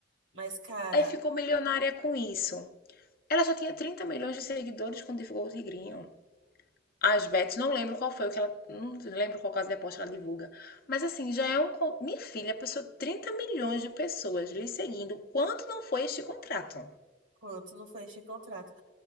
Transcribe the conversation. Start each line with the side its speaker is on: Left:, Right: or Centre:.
Right: Mas, cara,
Left: Aí ficou milionária com isso. Ela já tinha 30 milhões de seguidores quando divulgou o Tigrinho. As bets, não lembro qual foi o que ela. Não lembro qual casa de aposta ela divulga. Mas assim, já é um. Minha filha, passou 30 milhões de pessoas lhe seguindo. Quanto não foi este contrato?
Right: quanto não foi este contrato?